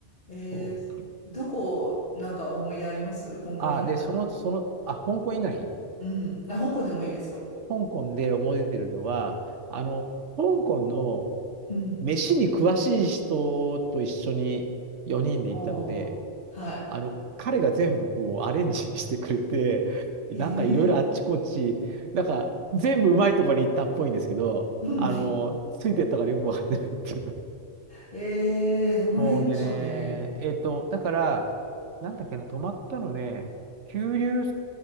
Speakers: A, on the left; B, on the right.
A: えー、
B: そう
A: どこ、なんか思い出あります香港以外だと。
B: あ、で、その、その、あ、香港以外
A: うん。あ、香港でもいいですよ。
B: お香港で思い出てるのは、あの、香港の
A: うん。
B: 飯に詳しい人と一緒に4人で行ったので、
A: おおはい。
B: あの、彼が全部こうアレンジしてくれて、
A: へえ。
B: なんかいろいろあっちこっち、なんか全部うまいところに行ったっぽいんですけど、
A: うん。
B: あの、ついてったからよくわかってないっていう。
A: えー、どの辺でしょうね。
B: そうでね、えっと、だから、なんだっけな、泊まったのね、九龍